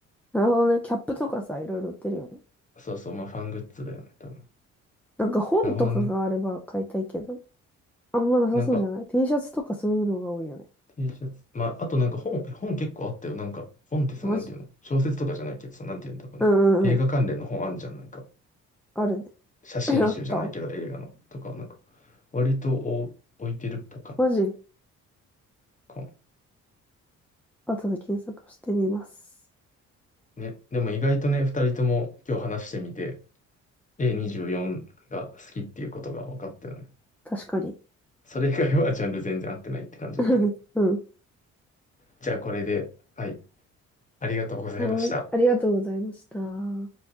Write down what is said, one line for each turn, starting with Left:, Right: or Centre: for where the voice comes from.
Centre: なるほどね。キャップとかさ、いろいろ売ってるよね。
Left: な。そうそう、まあファングッズだよね、多分。
Centre: なんか本とかがあれば買いたいけど、
Left: なるほどね。
Centre: あんまなさそうじゃない
Left: なんか、
Centre: ?T シャツとかそういうのが多いよね。
Left: T シャツ。まあ、あとなんか本、え本結構あったよ。なんか、本ってさ、
Centre: マジ
Left: なんていうの小説とかじゃないけどさ、なんていうんだろうね。
Centre: うんうんうん。
Left: 映画関連の本あんじゃん。なんか、
Centre: あるね。
Left: 写真集じゃないけど映画のとかなんか、
Centre: <laughs> あった
Left: 割とお置いてるっぽかっ
Centre: マジ
Left: たかも
Centre: 後で検索してみます。
Left: ね。でも意外とね、二人とも今日話してみて、A24 が好きっていうことが分かったよね。
Centre: 確かに。
Left: それ以外はジャンル全然合ってないって感じだったけど。
Centre: <laughs> うん。
Left: じゃあこれで、はい。ありがとうございました。
Centre: はーい。ありがとうございました。